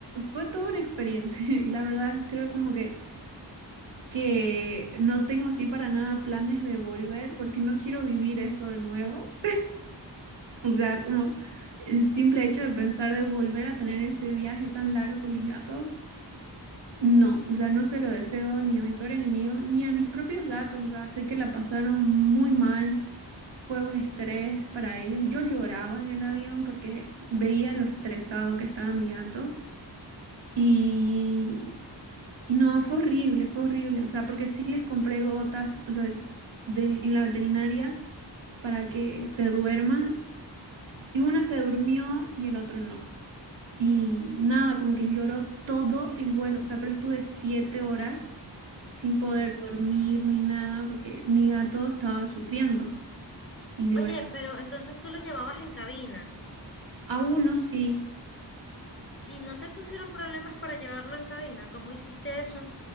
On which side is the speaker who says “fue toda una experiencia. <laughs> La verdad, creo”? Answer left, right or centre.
Right